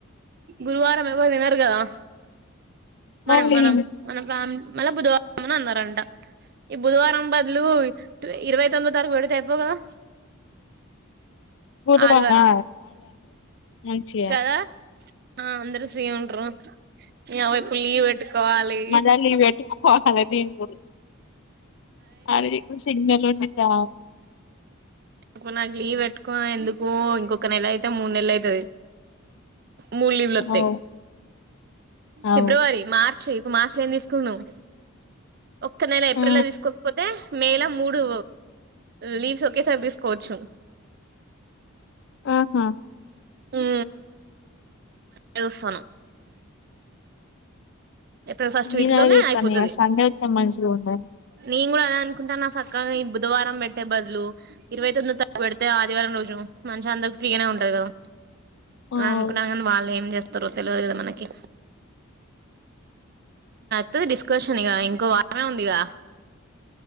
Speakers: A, on the right; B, on the left.
A: గురువారాము ఎవరుతినరుకదా మన
B: అవును
A: మనం మన మన బుధ అన్న రంట ఈ బుధవారం బదులు ఇరవై తొమ్మిో తారీఖు పెడితే అయిపో కదా
B: గురు
A: ఆదివారం
B: అ మంచి అ
A: కదా ఆ అందరు ఫ్రీ ఉంట్రు నీ యవ్వ ఇప్పుడు లీవ్ పెట్టుకోవాలి
B: మనవ్ కోాల బీ గురు ఆది రెడ్ సిగ్నల్ కా
A: మొన్న లివ్ పెట్టుకున్న హ ఎందుకు ఇంకొక నెల అయితే మున్నెలు అయితుది మూడు లీవ్లు వస్తా
B: అవు అవు
A: ఫిబ్రవరి మార్చి ఇప్పు మార్చి లో ఏం తీసుకు ను్వు ఒక్క నెల ఏప్రిల్
B: ఆ
A: తీసుకోకపోతే మే ల మూడు లీవ్ ఓకే సార్ిస్ కోచు
B: ఆహా
A: ఉ మసనం ఏప్రిల్ ఫస్ట్
B: నేను
A: వీక్ లోనే
B: అదే చూత్తన్న
A: అయిపోతుది
B: ఇగ సండే వత్తే మంచిగా ఉన్నది
A: నేను కూడా అ కుంటనా సక్కగా బుధవారం వె పెట్టే బదులు ఇరవై తొమ్మిది తగ్గ పెడితే ఆదివారం రోజును మనిషి అందరికి ఫ్రీనే ఉంటారు కదా
B: అవు
A: అనుకున్న గాని వాళ్ళు ఏం చేస్తారు తరు తెలిదు కదా మనకి అయితది డిస్కషన్ ఇగా ఇంకో వారమే ఉందిగా